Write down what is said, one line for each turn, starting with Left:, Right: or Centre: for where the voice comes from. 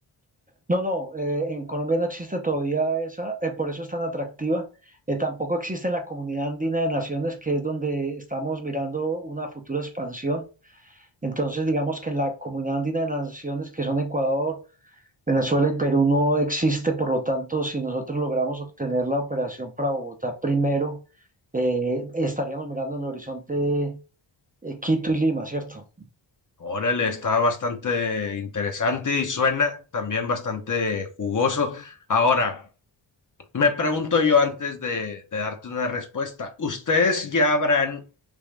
Right: No, no, eh, en Colombia no existe todavía esa, eh, por eso es tan atractiva. Eh, tampoco existe en la comunidad andina de naciones, que es donde estamos mirando una futura expansión. Entonces, digamos que en la comunidad andina de naciones, que son Ecuador, Venezuela y Perú no existe, por lo tanto, si nosotros logramos obtener la operación para Bogotá primero, eh, estaríamos mirando en el horizonte eh, Quito y Lima, ¿cierto?
Left: Órale, está bastante interesante y suena también bastante jugoso. Ahora, me pregunto yo antes de, de darte una respuesta, ¿ustedes ya habrán